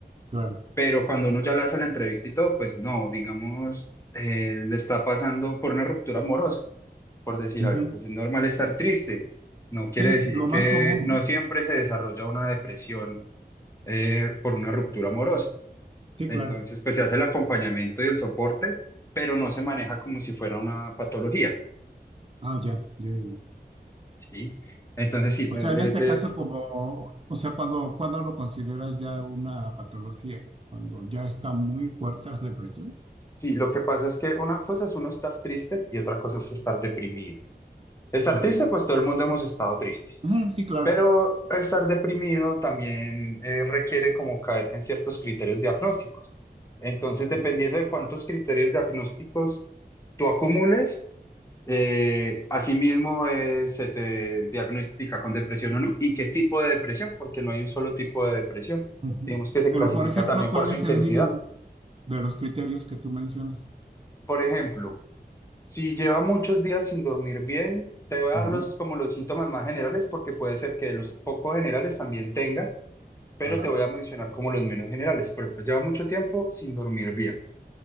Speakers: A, on the right; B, on the left.
A: claro.
B: pero cuando uno ya le hace la entrevista y todo, pues no, digamos, eh, le está pasando por una ruptura amorosa, por decir
A: Ujú.
B: algo. Pues es normal estar triste. No quiere
A: Sí,
B: decir
A: lo
B: que
A: más común,
B: no
A: ¿no?
B: siempre se desarrolla una depresión eh, por una ruptura amorosa.
A: Sí, claro.
B: Entonces, pues se hace el acompañamiento y el soporte, pero no se maneja como si fuera una patología,
A: Ah, ya, ya, ya. ya.
B: ¿sí? Entonces, sí, me-
A: O sea,
B: me-
A: en este
B: ese-
A: caso, como, o sea, cuando, cuando lo consideras ya una patología, cuando ya está muy fuerte la depresión.
B: sí, lo que pasa es que una cosa es uno estar triste y otra cosa es estar deprimido. Estar
A: Ok.
B: triste, pues todo el mundo hemos estado tristes,
A: Ujú, sí, claro.
B: pero estar deprimido también eh, requiere como caer en ciertos criterios diagnósticos. Entonces,
A: Sí.
B: dependiendo de cuántos criterios diagnósticos tú acumules, Eh, asimismo, eh, se te diagnostica con depresión o no, y qué tipo de depresión, porque no hay un solo tipo de depresión.
A: Ujú.
B: Digamos que se
A: Pero,
B: clasifica
A: por ejemplo,
B: también
A: ¿cuál
B: por su
A: es
B: intensidad.
A: el mínimo de los criterios que tú mencionas?
B: Por ejemplo, si lleva muchos días sin dormir bien, te voy a
A: Ujú.
B: dar los, como los síntomas más generales, porque puede ser que de los poco generales también tenga, pero
A: Ajá.
B: te voy a mencionar como los menos generales. Por ejemplo, lleva mucho tiempo sin dormir bien,